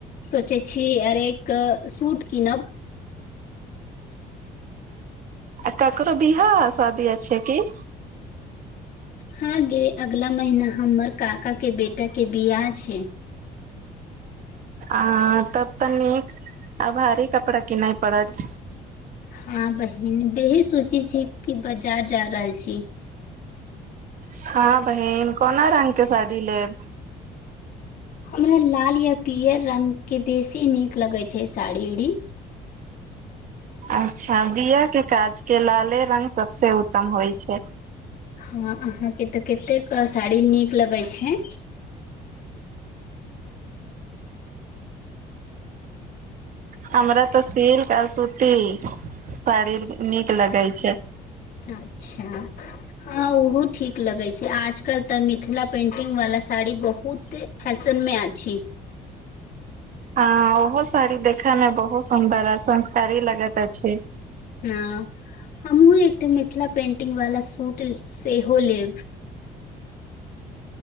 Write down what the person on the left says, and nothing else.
सोचै छी अरे एक सूट कीनब
हँ गे अगलाा महिना हमर काका के बेटाके बिआह छै
हँ बहिन बेही सोचे छी कि बाजार जा रहल छी
हमरा लाल या पियर रंग के बेसी नीक लगे छै साड़ी उड़ी
हँ अहाँके तऽ कतेक साड़ी नीक लगैत छै
अच्छा हँ ओहो ठीक लगे छै आजकल तऽ मिथिला पेंटिंग वाला साड़ी बहुत फैशनमे अछि
ह हमहुँ एकटा मिथिला पेंटिंग वाला सूट सेहो लेब